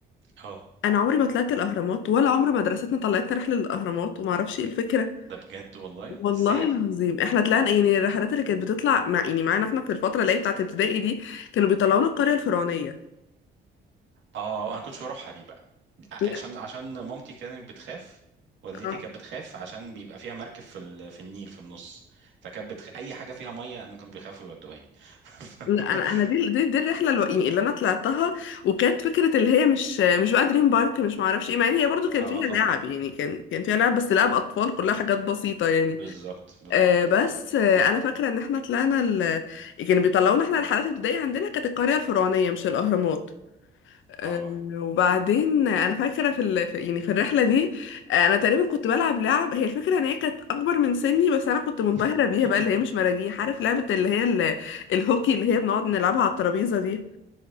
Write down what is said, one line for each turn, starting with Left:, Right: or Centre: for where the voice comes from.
Right: اه
Left: انا عمري ما طلعت الاهرامات ولا عمر مدرستنا طلعتنا رحله للاهرامات وما اعرفش ايه الفكره
Right: ده بجد والله
Left: والله
Right: ازاي
Left: العظيم احنا طلعنا يعني الرحلات اللي كانت بتطلع مع يعني معانا احنا في الفتره اللي هي بتاعه ابتدائي دي كانوا بيطلعونا القريه الفرعونيه
Right: اه انا كنتش بروحها دي بقى
Left: لا
Right: عشان عشان مامتي كانت بتخاف والدتي
Left: آه.
Right: كانت بتخاف عشان بيبقى فيها مركب في ال... في النيل في النص فكانت بتخ... اي حاجه فيها ميه انا كانوا بيخافوا يودوهاني <laughs>
Left: لا انا انا دي دي, دي الرحله اللي يعني اللي انا طلعتها وكانت فكره اللي هي مش مش بقى دريم بارك مش ما اعرفش ايه مع ان هي برضو كان
Right: اه
Left: فيها
Right: اه
Left: لعب يعني كان كان فيها لعب بس لعب اطفال كلها حاجات بسيطه يعني
Right: بالظبط بالظبط
Left: آه بس آه انا فاكره ان احنا طلعنا ال... كانوا بيطلعونا احنا رحلات ابتدائي عندنا كانت القريه الفرعونيه مش الاهرامات آه،
Right: اه
Left: وبعدين انا فاكره في, ال... في يعني في الرحله دي آه، انا تقريبا كنت بلعب لعب هي الفكره ان هي كانت اكبر من سني بس انا كنت منبهره
Right: <laughs>
Left: بيها بقى اللي هي مش مراجيح عارف لعبه اللي هي ال... الهوكي اللي هي بنقعد نلعبها على الترابيزه دي